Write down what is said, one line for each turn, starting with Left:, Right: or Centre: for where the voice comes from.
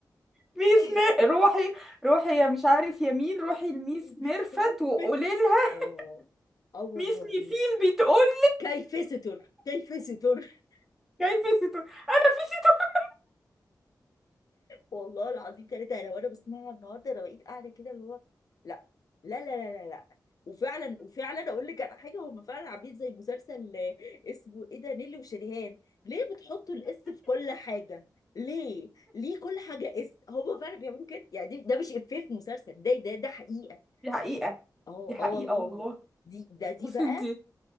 Centre: ميس
Left: <laughs>
Centre: مير... روحي روحي يا مش عارف يمين روحي لميس
Left: ميس
Centre: ميرفت
Left: فاطمة
Centre: وقولي لها
Left: اه اه والله
Centre: ميس ميسين بتقول
Left: كيف ستر كيف ستر
Centre: كيف ستو انا في ستو
Left: والله العظيم ثلاثة انا وانا بسمعها النهارده انا بقيت قاعده كده اللي هو لا لا لا لا لا لا وفعلا وفعلا اقول لك على حاجه هم فعلا عاملين زي مسلسل آه، اسمه ايه ده نيلي وشريهان ليه بتحطوا الاس في كل حاجه ليه ليه كل حاجه اس هم فعلا بيعملوا كده يعني دي- ده مش افيه في مسلسل ده ده ده حقيقه
Centre: دي حقيقة
Left: اه
Centre: دي حقيقة
Left: اه والله
Centre: والله
Left: دي ده دي
Centre: بصي
Left: بقى
Centre: انت